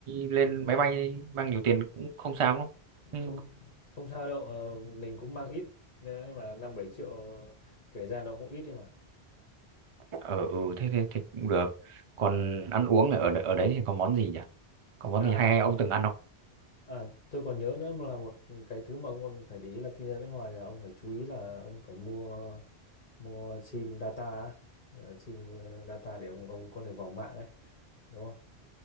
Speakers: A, on the right; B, on the left.
A: lên máy bay mang nhiều tiền cũng không sao đâu. Ừ,
B: Không không sao đâu, ờ, mình cũng mang ít đấy mà 5 7 triệu kể ra nó cũng ít đi mà.
A: ờ, ừ thế, thế thế cũng được. Còn ăn uống ở đ- ở đấy thì có món gì nhỉ? Có món
B: À
A: gì hay hay ông từng ăn không?
B: À, tôi còn nhớ nữa mà là một cái thứ mà ông còn phải để ý là khi ra nước ngoài là ông phải chú ý là ông phải mua mua sim data á. Ờ, sim ờ, data để ông ông có thể vào mạng ấy đúng không